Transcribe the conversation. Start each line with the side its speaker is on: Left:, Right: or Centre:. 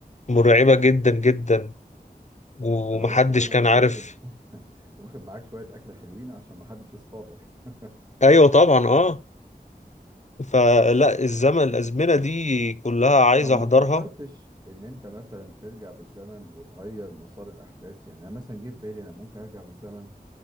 Left: مرعبة جدا جدا ومحدش
Right: انت لو رحت زمن
Left: كان
Right: زي
Left: عارف
Right: ده لازم تكون <laughs> واخد معاك شويه اكل حلوين عشان ما حدش يصطادك <laughs>
Left: ايوه طبعا اه فلا الزمن الازمنة دي كلها عايز
Right: طب
Left: احضرها
Right: ما فكرتش ان انت مثلا ترجع بالزمن وتغير مسار الاحداث يعني انا مثلا جه في بالي انا ممكن ارجع بالزمن